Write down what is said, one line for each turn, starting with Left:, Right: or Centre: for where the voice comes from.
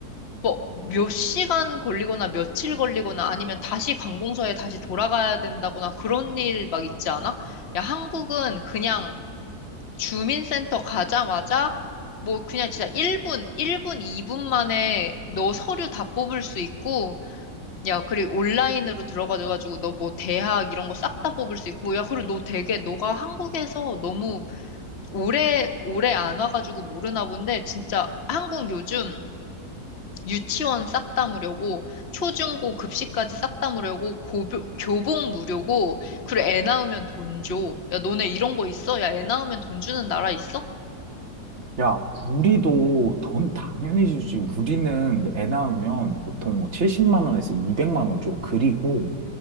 Left: 뭐, 몇 시간 걸리거나 며칠 걸리거나 아니면 다시 관공서에 다시 돌아가야 된다거나 그런 일 막 있지 않아? 야, 한국은 그냥 주민센터 가자마자 뭐 그냥 진짜 1분, 1분, 2분 만에 너 서류 다 뽑을 수 있고 야, 그리고 온라인으로 들어가가지고 너 뭐 대학 이런 거 싹 다 뽑을 수 있고 야, 그리고 너 되게 너가 한국에서 너무 오래 오래 안 와가지고 모르나 본데 진짜 한국 요즘 유치원 싹 다 무료고 초중고 급식까지 싹 다 무료고 고교, 교복 무료고 그리고 애 낳으면 돈 줘. 야, 너네 이런 거 있어? 야, 애 낳으면 돈 주는 나라 있어?
Right: 야, 우리도 돈 당연히 주지. 우리는 애 낳으면 보통 70만 원에서 200만 원 줘. 그리고